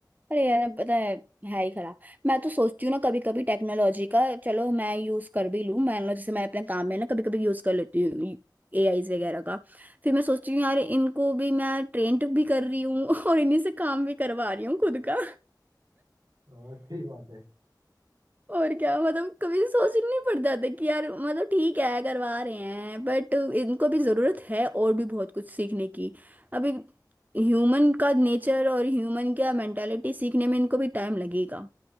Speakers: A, on the right; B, on the right.
A: अरे यार पता है है ही खराब मैं तो सोचती हूँ ना कभी कभी टेक्नोलॉजी का चलो मैं यूज कर भी लूँ मैं जैसे मैं अपने काम में ना कभी कभी यूज कर लेती हूँ एआई वगैरह का फिर मैं सोचती हूँ यार इनको भी मैं ट्रेंड भी कर रही हूँ <laughs> और इन्हीं से काम भी करवा रही हूँ खुद का
B: हाँ सही बात है
A: और क्या मतलब कभी सोचना नहीं पड़ता था कि यार मतलब ठीक है करवा रहे हैं बट इनको भी जरूरत है और भी बहुत कुछ सीखने की अभी ह्यूमन का नेचर और ह्यूमन का मेंटालिटी सीखने में इनको भी टाइम लगेगा